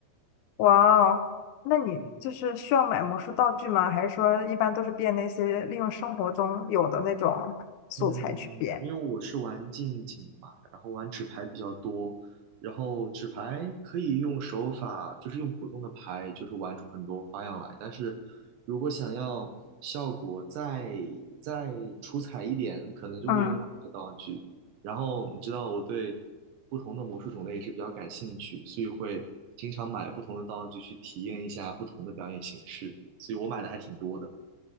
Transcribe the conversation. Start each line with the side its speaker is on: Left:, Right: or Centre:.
Left: 哇哦，那你就是需要买魔术道具吗？
Right: 嗯
Left: 还是说一般都是变那些利用生活中有的那种素材去变？
Right: 嗯，因为我是玩近景嘛，然后玩纸牌比较多，然后纸牌可以用手法，就是用普通的牌，就是玩出很多花样来。但是如果想要效果再再出彩一点，可能就会用到这些道具。
Left: 嗯，
Right: 然后你知道我对不同的魔术种类也是比较感兴趣，所以会经常买不同的道具去体验一下不同的表演形式，所以我买的还挺多的。